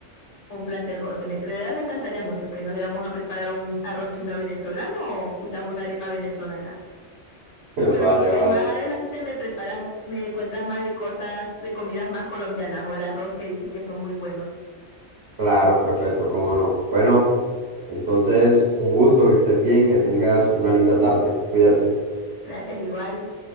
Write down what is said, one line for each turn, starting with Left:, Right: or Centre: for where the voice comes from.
Left: Un placer, Jorge. Me- de verdad me encantaría mucho que nos viéramos a preparar un arroz chino venezolano o quizás una arepa venezolana.
Right: <laughs>
Left: Y bueno,
Right: Vale,
Left: si quieres
Right: vale.
Left: más adelante me preparas, me cuentas más de cosas, de comidas más colombianas o el arroz que dices que son muy buenos.
Right: Claro, perfecto, cómo no. Bueno. Entonces, un gusto, que estés bien, que tengas una linda tarde. Cuídate.
Left: Gracias, igual.